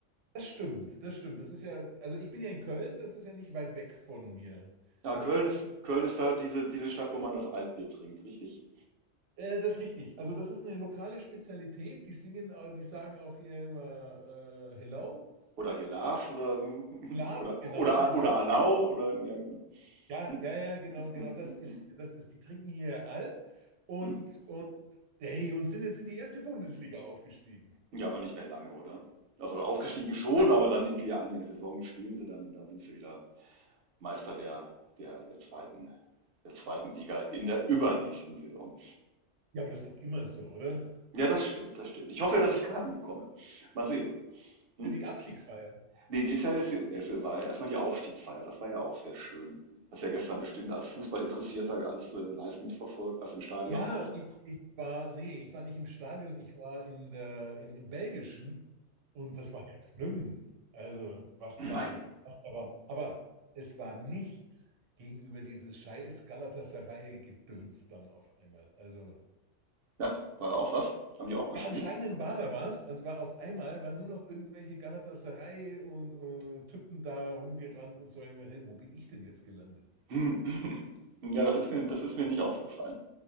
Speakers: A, on the right; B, on the right.
A: Das stimmt, das stimmt. Das ist ja, also ich bin ja in Köln, das ist ja nicht weit weg von mir.
B: Ja,
A: Dann
B: Köln
A: kriege
B: ist,
A: ich.
B: Köln ist da diese, diese Stadt, wo man das Altbier trinkt, richtig?
A: Äh, das ist richtig. Also das ist eine lokale Spezialität. Die singen, auch- die sagen auch hier immer äh, Hello.
B: Oder Hilaf oder, <laughs>
A: Love.
B: oder,
A: genau,
B: oder,
A: Hello.
B: oder Alau oder, ja, hm,
A: Ja,
B: hm,
A: ja, ja, genau, genau.
B: hm,
A: Das
B: hm,
A: ist,
B: hm.
A: das ist, die trinken hier alt und,
B: hm.
A: und hey, und sind jetzt in die erste Bundesliga aufgestiegen.
B: Ja, aber nicht mehr lange, oder? Also aufgestiegen schon, aber dann irgendwie eine Saison spielen sie dann und dann sind sie wieder Meister der, der, der zweiten, der zweiten Liga in der übernächsten Saison.
A: Ja, aber das ist doch immer so, oder?
B: Ja, das stimmt, das stimmt. Ich hoffe ja, dass ich Karten bekomme. Mal sehen. Hm?
A: Für die Abstiegsfeier.
B: Nee, die ist ja jetzt, es war ja erstmal die Aufstiegsfeier, das war ja auch sehr schön. Hast ja gestern bestimmt als Fußballinteressierter alles äh, live mitverfolgt, was im Stadion.
A: Ja, ich, ich war, nee, ich war nicht im Stadion, ich war in der, im, im Belgischen und das war ja schlimm. Also, was
B: Nein.
A: da, was da war. Aber es war nichts gegenüber dieses scheiß Galatasaray-Gedöns dann auf einmal. Also,
B: Ja, war da auch was? Haben die auch gespielt?
A: ja, anscheinend war da was. Also war auf einmal, waren nur noch irgendwelche Galatasaray und äh, Typen da rumgerannt und so. Hey, wo bin ich denn jetzt gelandet?
B: Hm. <laughs> Ja, das ist mir, das ist mir nicht aufgefallen.